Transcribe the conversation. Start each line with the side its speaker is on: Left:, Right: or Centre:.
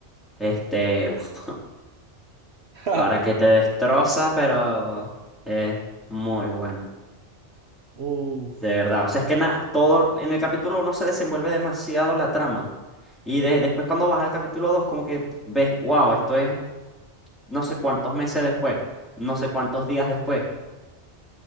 Centre: este, uf,
Right: <laughs> Ja.
Centre: Para que te destroza, pero es muy buena,
Right: Uf.
Centre: de verdad. O sea, es que na- todo en el capítulo 1 se desenvuelve demasiado la trama. Y de- después cuando vas al capítulo 2 como que ves, wow, esto es no sé cuántos meses después, no sé cuántos días después.